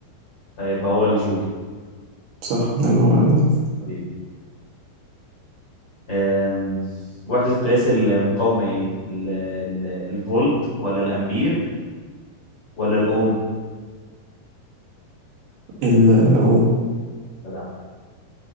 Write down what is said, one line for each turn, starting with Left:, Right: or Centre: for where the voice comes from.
Left: فيبقى هو الجول
Right: صح الله ينور عليك
Left: حبيبي أم، وحدة قياس المقاومة ايه ال- ال- الفولت ولا الامبير ولا الاوم
Right: الأم
Left: جدع